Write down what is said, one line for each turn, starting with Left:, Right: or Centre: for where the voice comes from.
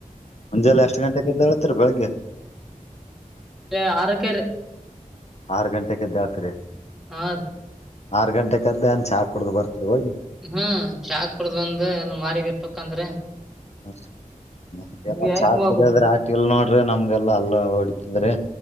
Left: ಮುಂಜೆಲ್ಲ ಎಷ್ಟು ಗಂಟೆಗೆದ್ದಾಳ್ತರಿ ಬೆಳಿಗ್ಗೆ
Centre: ಇ ಆರಕಾರಿ
Left: ಆರ್ ಗಂಟೆ ಕದ್ದಾಡ್ತರಿ
Centre: ಆ
Left: ಆರ್ ಗಂಟೆ ಕದ್ದೆ ಅನ್ ಚಾ ಕುಡ್ದ್ ಬರ್ತೀರಿ ಹೋಗಿ
Centre: ಹ್ಮ್ ಚಾಕ್ ಕುಡ್ದ್ ಬಂದ್ ಎಲ್ಲ ಮಾರಿಗ ಇಟ್ತಕಂದ್ರ
Left: ಹಸ್ ನಮಗೆಲ್ಲಾ
Centre: ಹಾಕಿ
Left: ಚಾ
Centre: ಹೋಗ್ಬೇಕ್ರಿ
Left: ಕುಡಿಯದ್ರ ಆಟಲ್ ನೋಡ್ರಿ ನಮ್ಗೆಲ್ಲಾ ಅಲ್ಲ ಹೊಡತದ್ರಿ